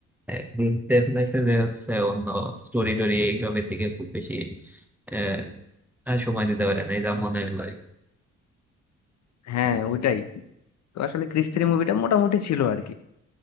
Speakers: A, in the centre; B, on the left (about 65°).
A: এ, গুরুত্ব দিয়ে ফেলাইছে যে হচ্ছে অন্য স্টোরি টোরি এইসবের দিকে খুব বেশি আহ, আর সময় দিতে পারে না এটা মনে হলো
B: হ্যাঁ ওইটাই তো আসলে ক্রিস থ্রি মুভিটা মোটামুটি ছিল আর কি